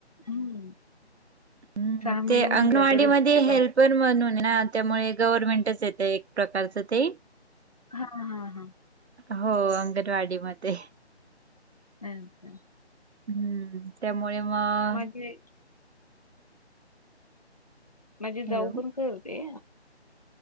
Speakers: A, on the left (about 35°); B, on the right (about 75°).
A: हम्म.
B: हम्म,
A: महिने
B: ते अंगणवाडी
A: म्हटलं तरी
B: मध्ये
A: मग त्याला
B: हेल्प पर म्हणून आहे ना, त्यामुळे गव्हर्नमेंटच येत एक प्रकारचं ते.
A: हा, हा, हा.
B: हो अंगणवाडी मध्ये.
A: हाव का?
B: हम्म, त्यामुळे मग
A: माझी माझी
B: हॅलो
A: जाऊ पण करते.